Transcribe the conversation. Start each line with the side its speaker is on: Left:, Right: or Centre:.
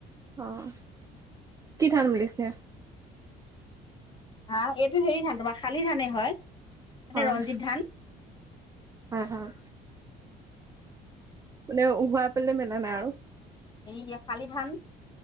Right: অ <unintelligible> কি ধান মেলিছে?
Left: আহ এইটো হেৰি ধান তোমাৰ শালি ধানে হয় । মানে
Right: হয়
Left: ৰঞ্জিত ধান
Right: হয় হয়। মানে উহাই পেলে মেলা নাই আৰু
Left: এই <unintelligible> শালি ধান